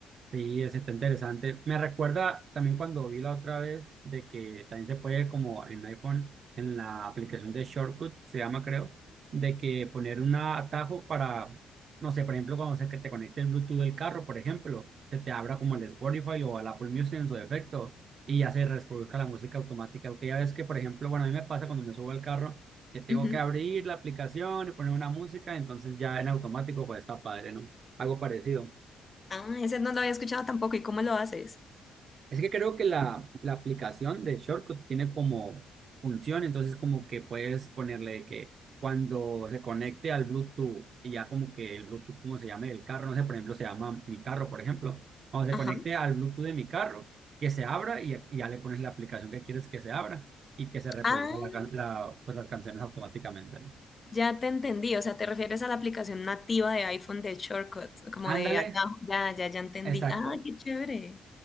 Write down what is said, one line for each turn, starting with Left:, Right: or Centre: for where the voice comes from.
Right: Sí, es está interesante. Me recuerda también cuando vi la otra vez de que también se puede como en iPhone, en la aplicación de Shortcut, se llama creo, de que poner un atajo para, no sé, por ejemplo, cuando se que te conecte el Bluetooth del carro, por ejemplo, se te abra como el Spotify o el Apple Music en su defecto y ya se reproduzca la música automática. Porque ya ves que, por ejemplo, bueno, a mí me pasa cuando me subo al carro que tengo
Left: Ujú.
Right: que abrir la aplicación y poner una música, entonces ya en automático pues está padre, ¿no? Algo parecido.
Left: Ah, ese no lo había escuchado tampoco. ¿Y cómo lo haces?
Right: Es que creo que la, la aplicación de Shortcut tiene como función, entonces como que puedes ponerle de que cuando se conecte al Bluetooth y ya como que el Bluetooth, como se llame el carro, no sé, por ejemplo, se llama mi carro, por ejemplo, cuando se
Left: Ajá.
Right: conecte al Bluetooth de mi carro, que se abra y, y ya le pones la aplicación que quieres que se abra y que se reproduzca
Left: Ah,
Right: la, can- la- pues las canciones automáticamente. ¿no?
Left: ya te entendí. O sea, te refieres a la aplicación nativa de iPhone de Shortcuts, como
Right: Ándale,
Left: de atajo. Ya, ya, ya entendí.
Right: exacto.
Left: Ah, qué chévere.